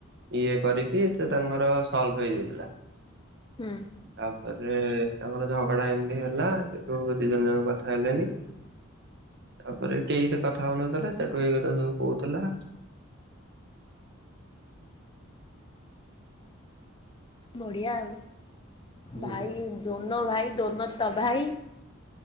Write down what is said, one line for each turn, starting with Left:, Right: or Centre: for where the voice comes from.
Right: ଇଏ କରିକି ସେ ତାଙ୍କର ସଲ୍ଭ ହେଇଯାଇଥିଲା।
Left: ହୁଁ।
Right: ତାପରେ ତାଙ୍କର ଝଗଡା ଏମିତି ହେଲା ସେଠୁ ଦି ଜଣ ଯାଙ୍କ କଥା ହେଲେନି।
Left: ହଁ
Right: ତାପରେ କେହିତ କଥା ହଉନଥିଲେ ସେଠୁ ଏଇ କଥା ସବୁ କହୁଥିଲା।
Left: ବଢ଼ିଆ ଆଉ
Right: ହୁଁ।
Left: ଭାଇ ଦୋନୋ ଭାଇ ଦୋନୋ ତବାହି।